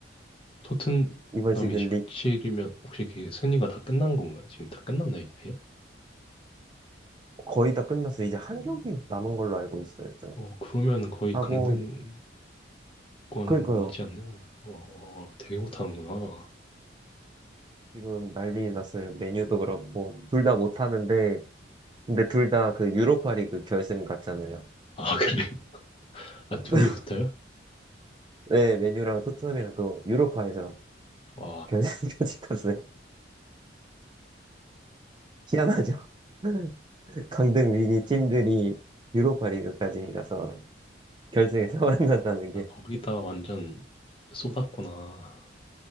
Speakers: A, on the left; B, on the right.
A: 토트넘이
B: 이번 시즌
A: 17이면
B: 리,
A: 혹시 그 순위가 다 끝난 건가요? 지금 다 끝났나요, 이 패?
B: 거의 다 끝났어요. 이제 한 경기 남은 걸로 알고 있어요. 저.
A: 어, 그러면 거의
B: 하고
A: 강등권이지 않나요?
B: 그러니까요.
A: 네. 어, 되게 못하는구나.
B: 지금 난리 났어요. 메뉴도 그렇고 둘 다 못하는데 근데 둘 다 그 유로파리그 결승 갔잖아요.
A: 아, 그래요? <laughs> 아,
B: <laughs>
A: 둘이 붙어요?
B: 네, 메뉴랑 토트넘이랑 또 유로파에서
A: 와,
B: 결승까지 <laughs> 갔어요. 희한하죠? <laughs> 강등 위기 팀들이 유로파리그까지 가서 결승에서 <laughs> 만난다는
A: 아,
B: 게
A: 거기다가 완전 쏟았구나.